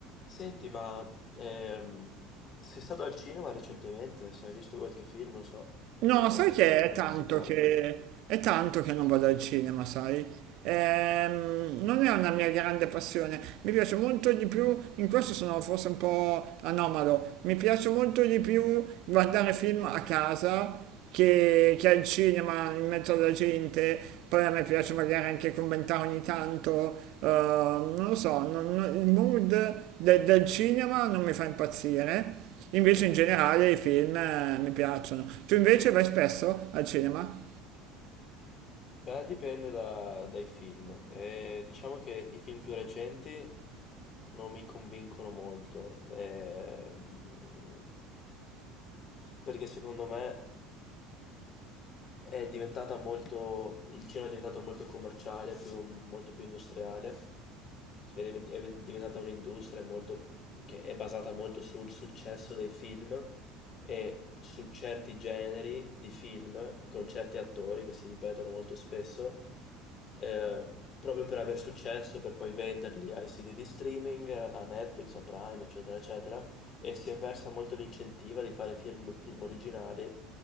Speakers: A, on the left; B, on the right.
A: Senti, ma ehm, sei stato al cinema recentemente? Se hai visto qualche film, non so,
B: No,
A: eh,
B: sai
A: sai
B: che
A: qualcosa
B: è tanto
A: da consigliarmi?
B: che, è tanto che non vado al cinema, sai? Ehm, non è una mia grande passione, mi piace molto di più, in questo sono forse un po' anomalo, mi piace molto di più guardare film a casa che, che è il cinema in mezzo alla gente, poi a me piace magari anche commentare ogni tanto, eh, non lo so, non- non- il mood de- del cinema non mi fa impazzire, invece in generale i film eh, mi piacciono. Tu invece vai spesso al cinema?
A: Beh, dipende da- dai film. Eh, diciamo che i film più recenti non mi convincono molto, ehm, perché secondo me È diventata molto, il cinema è diventato molto commerciale, più- molto più industriale, Cioè, è divent- è diventata un'industria molto, che è basata molto sul successo dei film e su certi generi di film con certi attori che si ripetono molto spesso, eh, proprio per aver successo, per poi venderli ai siti di streaming, a Netflix, a Prime, eccetera, eccetera, e si è persa molto l'incentiva di fare film, film originali